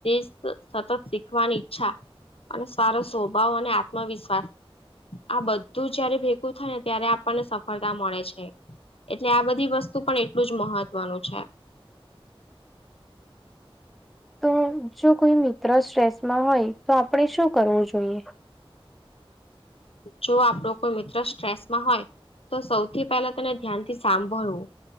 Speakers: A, on the left; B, in the centre.
A: સતત શીખવાની ઈચ્છા. અને સારો સ્વભાવ અને આત્મવિશ્વાસ. આ બધું જયારે ભેગું થાય ને, ત્યારે આપણને સફળતા મળે છે. એટલે આ બધી વસ્તુ પણ એટલું જ મહત્વનું છે.
B: તો જો કોઈ મિત્ર સ્ટ્રેસમાં હોય, તો આપણે શું કરવું જોઈએ?
A: જો આપણો કોઈ મિત્ર સ્ટ્રેસમાં હોય. તો સૌથી પહેલા તેને ધ્યાન થી સાંભળવું.